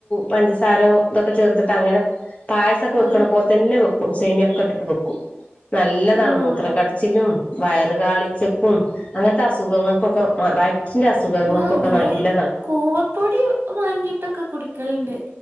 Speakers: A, on the left; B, on the right.
A: പഞ്ചസാരോ ഇതൊക്കെ ചേർത്തിട്ട് അങ്ങനെ പായസൊക്കെ വെക്കണപ്പോൽ
B: ആഹ്
A: തന്നെ വെക്കും സേമിയൊക്കെ ഇട്ടിട്ട് വെക്കും. നല്ലതാണ്
B: ആഹ്
A: മൂത്രം കടച്ചിലും വയറ് കാളിച്ചക്കും അങ്ങനത്തെ അസുഖങ്ങൾക്കൊക്കെ വയറ്റിന്റെ അസുഖങ്ങൾക്കൊക്കെ
B: ആ ഇവടെ
A: നല്ലതാണ്
B: കൂവപ്പൊടി വാങ്ങിട്ടൊക്കെ കുടിക്കല്ണ്ട്